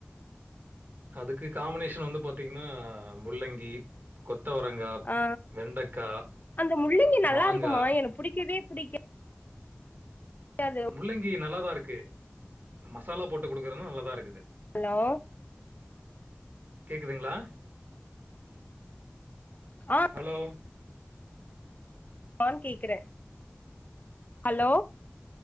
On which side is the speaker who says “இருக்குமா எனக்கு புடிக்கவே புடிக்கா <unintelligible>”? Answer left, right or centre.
Left